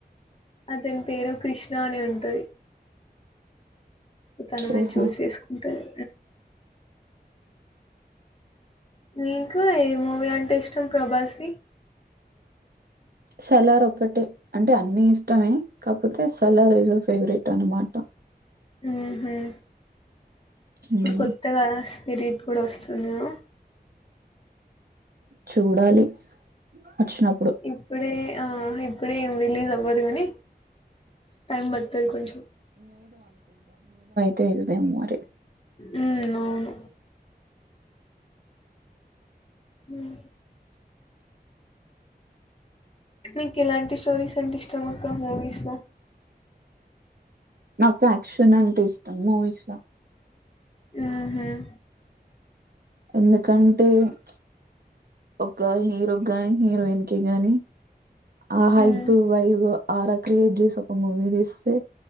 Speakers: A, on the left (about 35°); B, on the right (about 65°).
A: అతని పేరు కృష్ణ అని ఉంటది. సో తననే
B: ఓహో
A: చూస్ చేసుకుంటది. నీకు ఏ మూవీ అంటే ఇష్టం ప్రభాస్ ది
B: సలార్ ఒక్కటే అంటే అన్ని ఇష్టమే కాకపోతే సలార్ ఇజ్ ఫేవరెట్ అనమాట
A: ఊహుం ఇప్పుడు
B: మ్,
A: కొత్తగా అస్ మిరిట్ కూడా వస్తున్నా
B: చూడాలి. వచ్చినప్పుడు
A: ఇప్పుడే ఆ ఇప్పుడే ఏం రీలీజ్ అవ్వదు. గానీ టైమ్ బడుతది కొంచెం
B: తేజ్ దేమో మరి
A: ఉమ్ అవును హ్మ్ మీకు ఇలాంటి స్టోరీస్ అంటే ఇష్టం అక్క మూవీస్ లో
B: నాకు యాక్షన్ అంటే ఇష్టం మూవీస్ ల
A: ఊహుం
B: ఎందుకంటే చ్చ్ ఒక్క హీరోకి గానీ హీరోయిన్ కి గాని ఆహా
A: ఉమ్
B: ఇప్ వైబ్ ఆర క్రియట్ చేసి ఒక మూవీ తీస్తే